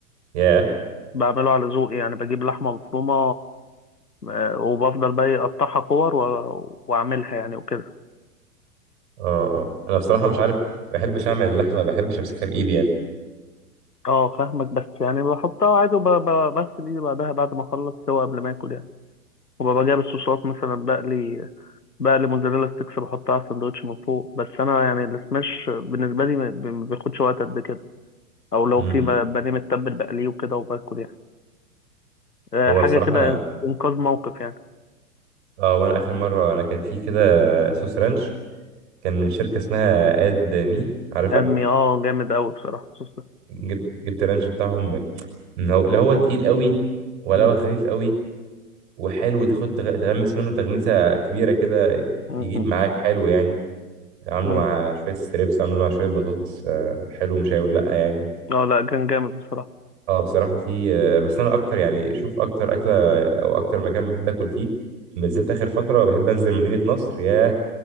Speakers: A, on the right; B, on the left.
A: ياه
B: بعمله على ذوقي يعني بجيب لحمة مفرومة آه، وبفضل بقى إيه، اقطعها كور و- واعملها يعني وكده
A: اه اه انا بصراحه مش عارف ما بحبش اعمل اللحمه ما بحبش امسكها بايدي يعني
B: اه فاهمك بس يعني بحطها عادي وبغسل ايدي بعدها بعد ما اخلص سوا قبل ما اكل يعني وببقى جايب الصوصات مثلا بقلي بقلي موزاريلا ستيكس بحطها على السندوتش من فوق بس انا يعني السماش بالنسبه لي ما ما بياخدش وقت قد كده او لو
A: امم
B: في ب- بانيه متبل بقليه وكده وباكل يعني آه،
A: هو
B: حاجه
A: بصراحه
B: كده
A: انا
B: إن- انقاذ موقف يعني
A: اه وانا اخر مره انا كان في كده صوص رانش كان من شركه اسمها اد مي عارفها
B: ادمي اه جامد قوي بصراحه الصوص ده
A: جبت جبت الرانش بتاعهم من هو لا هو تقيل قوي ولا
B: مم،
A: هو خفيف قوي وحلو تاخد تغ- تغمس منه تغميسه كبيره كده
B: مم،
A: يجيب
B: مم،
A: معاك حلو يعني عامله
B: مم.
A: مع شويه ستريبس عامله مع شويه بطاطس آه، حلو مش هيقول لا يعني
B: اه لا كان جامد بصراحه
A: اه بصراحة في آه، بس أنا أكتر يعني شوف أكتر أكلة أو أكتر مكان بحب آكل فيه بالذات آخر فترة بحب أنزل مدينة نصر ياه